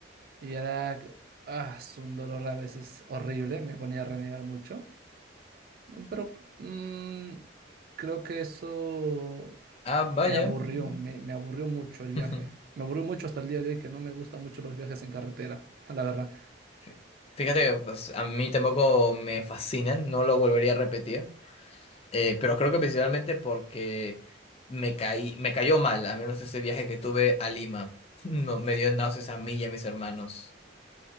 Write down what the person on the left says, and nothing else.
Ah, vaya.
mm.
<laughs>
Fí- Fíjate que pues, a mí tampoco me fascinan, no lo volvería a repetir, eh, pero creo que principalmente porque me caí, me cayó mal, a menos ese viaje que tuve a Lima. <laughs> No, me dio náuseas a mí y a mis hermanos.